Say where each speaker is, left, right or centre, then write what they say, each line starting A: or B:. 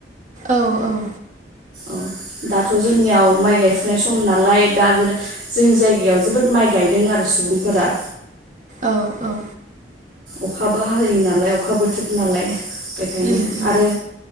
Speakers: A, on the right; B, on the right.
A: औ औ
B: औ दाथ' जोंनियाव माइ गायफुनाय सम नालाय दा बेर जोंनि जायगायाव जोबोद माइ गायदों आरो सुबुंफोरा
A: औ औ
B: अखाबो हायो नालाय अखा बोथोर नालाय बेखायनो
A: उम उम
B: आरो